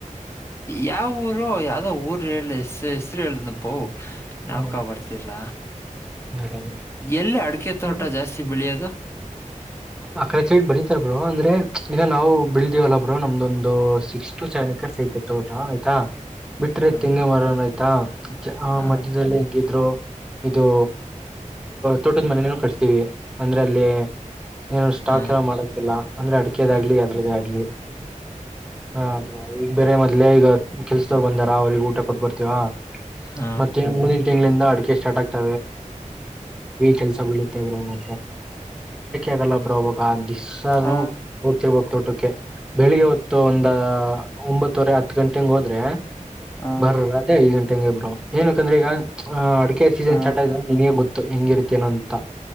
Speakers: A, on the left; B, in the centre.
A: ಯಾವ ಊರು ಯಾವ್ದೋ ಊರು ಹೇಳ ಹೆಸರು ಹೇಳ ಇಪ್ಪೋ ನಾವುಕ
B: ಹ್ಮ್
A: ಬರ್ತಿರ್ಲ
B: ಎರಡು
A: ಎಲ್ಲಿ ಅಡಕೆ
B: ಬ್ರೋ.
A: ತೋಟ ಜಾಸ್ತಿ ಬೆಳಿಯಾಗ
B: ಆ ಕಡೆ ಚೈಟ್ ಬರತಾರ ಬೋ ಅಂದ್ರೆ ಈಗ ನಾವು ಬಿಳದಿವವಲ್ಲ ಬ್ರೋ ನಮ್ದೊಂದು ಸಿಕ್ಸ್ ಟು ಸೆವೆನ್ ತ ತೋಟಾ ಆಯ್ತಾ ಬಿಟ್ರೆ
A: ಹ,
B: ತೆಂಗಿ ಮರನ್ ಆಯ್ತಾ ಆ
A: ಹ,
B: ಮಧ್ಯದಲ್ಲಿ ಹೆಂಗಿದ್ರು ಇದು ತೋಟದ ಮನೇನ ಕಟ್ಸತೀವಿ ಅಂದ್ರೆ ಅಲ್ಲಿ ಏನ ಸ್ಟಾಕ್
A: ಹ,
B: ಎಲ್ಲ ಮಾಡಕಿಲ್ಲಲ್ಲ ಅಂದ್ರೆ ಅಡಿಕೆದಾಗಗ್ಲಿ
A: ಹ,
B: ಅದ್ರದೇ ಆಗ್ಲಿ ಹ ಈಗ ಬೇರೆ ಮೊದ್ಲೆೇ ಈಗ ಕೆಲ್ಸದವರು ಬಂದಾರ ಅವ್ರಿಗೆ ಊಟ ಕೊಟ್ಟ ಬರ್ತೀವಾ
A: ಹ.
B: ಮತ್ತೆ ಮೂಂದಂಟ ತಿಂಗಳಿಂದ ಆ ಸ್ಟಾರ್ಟ್ ಆಗ್ತ ಕೆಲಸ ಬೀಳುತ್ತೆ ಮ ಆಗಲ್ಲ ಬ್ರ ಹಾಗ ಆ ದಿಸ್ಸಾನೂ
A: ಆ
B: ಹೋಗ್ತಿರ್ಬಕ್ ತೋಟಕ್ಕೆ ಬೆಳಿಗ್ಗೆ ಹೊತ್ತು ಒಂದ ಒಂಬತ್ತುವರೆ ಹತ್ ಗಂಟೆಂಗ ಹೋದ್ರೆ
A: ಆ
B: ಬರ್ರ ರತ್ರಿ ಐದು ಗಂಟೆ ಹಂಗೆ ಇಬ್ರು ಏನಕಂದ್ರೆ ಈಗ ಅಹ್ ಅಡಿಕೆ ಸೀಸನ್
A: ಆ
B: ಸ್ಟಾರ್ಟ್ ಆ್ರ ನಿಂಗೆ ಗೊತ್ತು ಹೆಂಗಿರುತ್ತ ಅಂತ